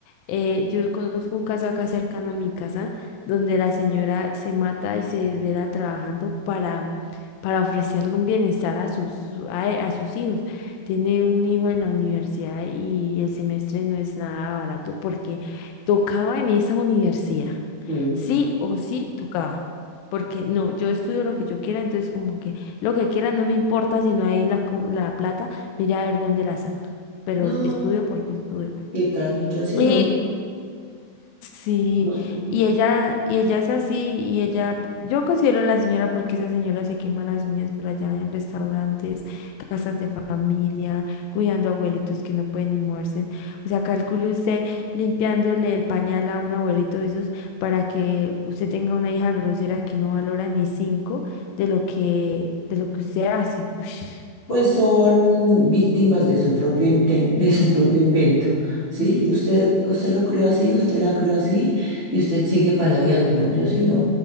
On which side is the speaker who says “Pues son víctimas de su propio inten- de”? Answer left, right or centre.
Left